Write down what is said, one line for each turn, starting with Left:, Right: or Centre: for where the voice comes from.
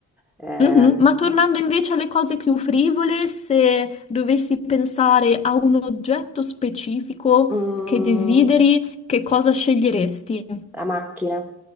Centre: Ehm,
Left: Mhm. Ma tornando invece alle cose più frivole, se dovessi pensare a un oggetto specifico
Centre: mm,
Left: che desideri, che cosa sceglieresti?
Centre: La macchina.